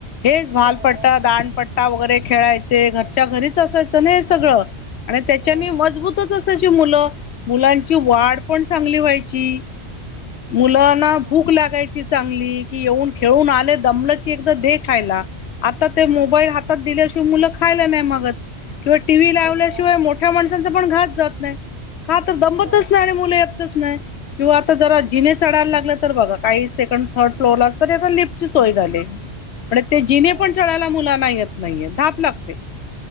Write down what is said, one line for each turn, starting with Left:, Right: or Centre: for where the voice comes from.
Left: हे. हॉल
Right: बरोबर
Left: पट्टा दाडपट्टा वगैरे खेळायचे घरच्या घरीच असायचं ना हे सगळं. आणि त्याच्यानी
Right: हो
Left: मजबूतच अस मुलं मुलांची वाढ पण चांगली व्हायची. मुलांना
Right: हो ना
Left: भूक लागायची. चांगली कि, येऊन खेळून आले दमलं की, एकदा दे खायला. आता ते मोबाईल हातात दिल्याशिवाय मुलं खायला नाही मागत. किंवा टीव्ही लावल्याशिवाय
Right: बरोबर
Left: मोठ्या माणसांचा पण घासं जात नाही. का तर दमतच
Right: हो
Left: नाही आणि मुलं यतच नाही. किंवा आता जरा जिने चढायला लागलं तर बघा काही सेकंड थर्ड फ्लोर ला तर लिफ्टची सोय झाली. पण ते जिने
Right: हो
Left: पण चढायला मुलांना येत नाहीये धाप लागते.